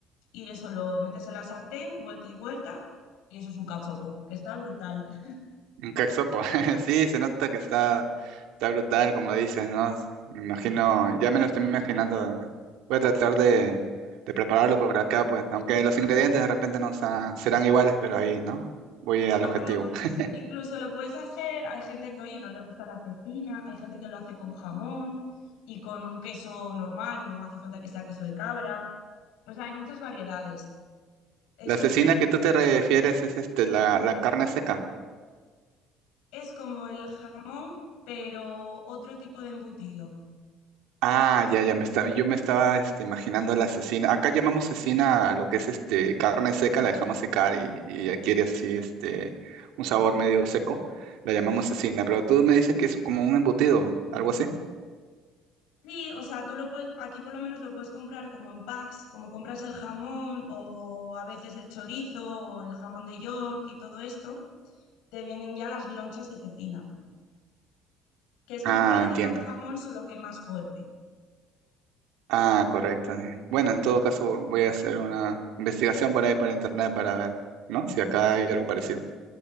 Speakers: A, on the left; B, on the right.
A: Y eso lo metes en la sartén, vuelta y vuelta, y eso es un cachopo, que está brutal. <laughs>
B: Un caxopo. <laughs> Sí, se nota que está, está brutal, como dices, ¿no? Me imagino, ya me lo estoy imaginando. Voy a tratar de, de prepararlo por acá, pues, aunque los ingredientes de repente no sa- serán iguales, pero ahí, ¿no? Voy al
A: No,
B: objetivo.
A: pero
B: <laughs>
A: Incluso lo puedes hacer, hay gente que, oye, no le gusta la cecina, hay gente que lo hace con jamón y con un queso normal, no hace falta que sea queso de cabra. O sea, hay muchas variedades. Eso
B: La cecina
A: es muy,
B: que tú te refieres es este, la, la carne seca.
A: es como el jamón, pero otro tipo de embutido.
B: Ah, ya, ya me estaba, yo me estaba este, imaginando a la cecina. Acá llamamos cecina a lo que es este carne seca, la dejamos secar y, y adquiere así este un sabor medio seco. La llamamos cecina, pero tú me dices que es como un embutido, algo así.
A: Sí, o sea, tú lo puedes, aquí por lo menos lo puedes comprar como en packs, como compras el jamón o a veces el chorizo o el jamón de York y todo esto, te vienen ya las lonchas de cecina, que es como
B: Ah,
A: parecido
B: entiendo.
A: al jamón, solo que más fuerte.
B: Ah, correcto. sí. Bueno, en todo caso voy a hacer una investigación por ahí por internet para ver, ¿no? Si acá hay algo parecido.